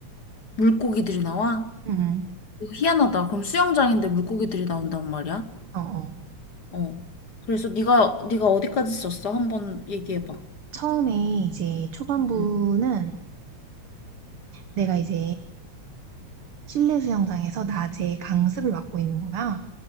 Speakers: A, on the left; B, on the right.
A: 물고기들이 나와?
B: 응, 응.
A: 어, 희한하다. 그럼 수영장인데 물고기들이 나온단 말이야?
B: 어, 어.
A: 어. 그래서 네가 네가 어디까지 썼어? 한번 얘기해 봐.
B: 처음에 이제 초반부는
A: 음.
B: 내가 이제 실내 수영장에서 낮에 강습을 받고 있는 거야.